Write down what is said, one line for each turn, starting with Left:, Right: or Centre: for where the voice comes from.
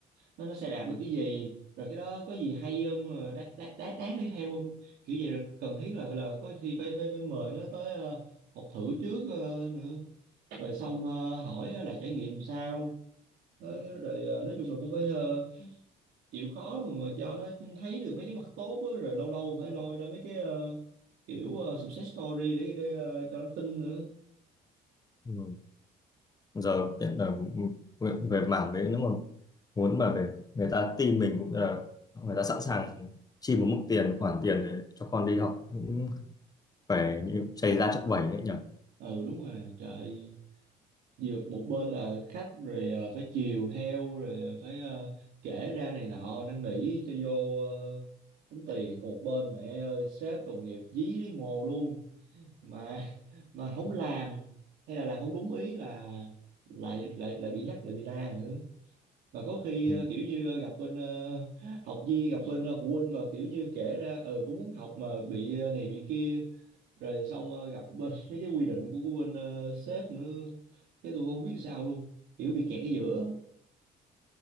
Right: nó nó sẽ đạt được cái gì rồi cái đó có gì hay không ờ, đáng đáng đáng đáng đi theo không kiểu vậy rồi cần thiết là là có khi phải phải phải mời nó tới ờ, học thử trước ờ, nữa rồi xong ờ, hỏi là trải nghiệm sao Ờ, rồi ờ, nói chung là cũng phải ờ, chịu khó mà, mà cho nó thấy được mấy cái mặt tốt á. rồi lâu lâu phải lôi ra mấy cái ờ, kiểu ờ, success story để, để ờ, cho nó tin nữa
Left: ừ, giờ hiện là về về mảng đấy nếu mà muốn mà về người ta tin mình cũng là người ta sẵn sàng chi một mức tiền khoản tiền để cho con đi học cũng phải như chảy ra chắc vẩy đấy nhỉ
Right: ừ đúng rồi trời ơi. vừa một bên là khách rồi ờ, phải chiều theo rồi ờ, phải ờ, kể ra này nọ năn nỉ cho vô ờ, tốn tiền còn một bên mẹ ơi sếp đồng nghiệp dí lấy mồ luôn mà mà không làm hay là làm không đúng ý là lại lại lại bị nhắc lại bị la nữa mà có khi
Left: Ừ.
Right: ờ, kiểu như ờ, gặp bên ờ, học viên gặp bên ờ, phụ huynh mà kiểu như kể ra ờ cũng muốn học mà bị ờ, này bị kia rồi xong ờ, gặp bên <laughs> mấy cái quy định của của bên ờ, sếp nữa cái tụi con không biết sao luôn kiểu bị kẹt ở giữa